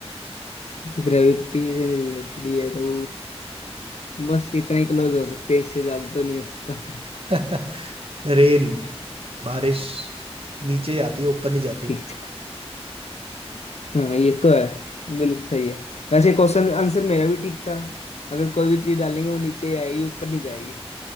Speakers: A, on the left; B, on the right.
A: ग्रेविटी से रिलेटेड ही है तो बस इतना ही क्लोज हो सकते हैं इससे ज्यादा तो नहीं हो सकता
B: <laughs> रेन बारिश नीचे ही आती है ऊपर नहीं जाती
A: ठीक है हाँ ये तो है बिल्कुल सही है वैसे क्वेश्चन आंसर मेरा भी ठीक था अगर कोई भी चीज डालेंगे वो नीचे ही आएगी ऊपर नहीं जाएगी